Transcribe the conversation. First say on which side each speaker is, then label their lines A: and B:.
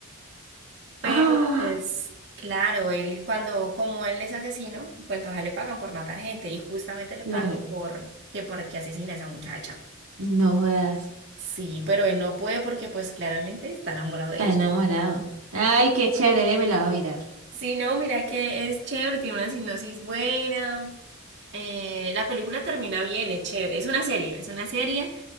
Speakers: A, on the right; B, on the right.
A: Pero
B: Ah,
A: pues claro, él cuando, como él es asesino, pues entonces a él le pagan por matar gente y justamente le
B: claro.
A: pagan por que por que asesina a esa muchacha.
B: No jodas.
A: Sí, pero él no puede porque pues claramente está enamorado de
B: Está
A: ella.
B: enamorado. Ay, qué chévere, ve, me la voy a mirar.
A: Sí, no, mira que es chévere, tiene una sinopsis buena. eh, la película termina bien, es chévere. Es una serie, es una serie.